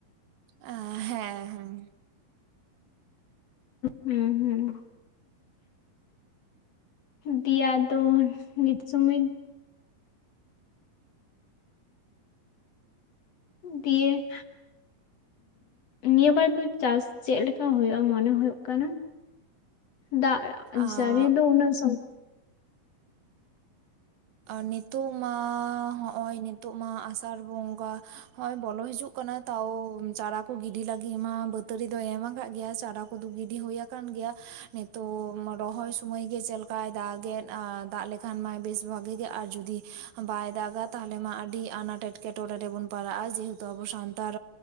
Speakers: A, on the right (about 75°); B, on the left (about 55°).
A: ᱟ ᱦᱮᱸ ᱦᱮᱸ ᱾
B: ᱦᱢ ᱦᱢ ᱾ ᱫᱤᱭᱟ ᱫᱚ ᱢᱤᱫ ᱥᱩᱢᱤᱫ ᱫᱤᱭᱮ ᱱᱤᱭᱟᱹ ᱵᱟᱨ ᱫᱚ ᱪᱟᱥ ᱪᱮᱫ ᱞᱮᱠᱟ ᱦᱩᱭᱩᱜᱼᱟ ᱢᱚᱱᱮ ᱦᱩᱭᱩᱜ ᱠᱟᱱᱟ ᱫᱟᱜ
A: ᱟᱨ
B: ᱡᱟᱹᱲᱤ ᱫᱚ ᱩᱱᱟᱹᱜ ᱥᱢ
A: ᱟᱨ ᱱᱤᱛᱚᱜ ᱢᱟ ᱦᱚᱜᱼᱚᱭ ᱱᱤᱛᱚᱜ ᱢᱟ ᱟᱥᱟᱲ ᱵᱚᱸᱜᱟ ᱦᱚᱜᱼᱚᱭ ᱵᱚᱞᱚ ᱦᱤᱡᱩᱜ ᱠᱟᱱᱟ ᱛᱟᱣ ᱪᱟᱨᱟ ᱠᱚ ᱜᱤᱰᱤ ᱞᱟᱹᱜᱤᱫ ᱢᱟ ᱵᱟᱹᱛᱟᱹᱲᱤ ᱫᱚᱭ ᱮᱢ ᱟᱠᱟᱫ ᱜᱮᱭᱟ ᱪᱟᱨᱟ ᱠᱚᱫᱚ ᱜᱤᱰᱤ ᱦᱳᱭ ᱠᱟᱱ ᱜᱮᱭᱟ, ᱱᱤᱛᱚᱜ ᱨᱚᱦᱚᱭ ᱥᱚᱢᱚᱭ ᱜᱮ ᱪᱮᱫ ᱞᱮᱠᱟᱭ ᱫᱟᱜ ᱜᱮᱫ, ᱟ ᱫᱟᱜ ᱞᱮᱠᱷᱟᱱ ᱢᱟᱭ ᱵᱮᱥ ᱵᱷᱟᱜᱤ ᱜᱮ ᱟᱨ ᱡᱩᱫᱤ ᱵᱟᱭ ᱫᱟᱜᱟ ᱛᱟᱦᱚᱞᱮ ᱢᱟ ᱟᱹᱰᱤ ᱟᱱᱟᱴ ᱮᱴᱠᱮ ᱴᱚᱬᱮ ᱨᱮᱵᱚᱱ ᱯᱟᱲᱟᱜᱼᱟ ᱡᱮᱦᱩᱛᱩ ᱟᱵᱚ ᱥᱟᱱ ᱛᱟᱲ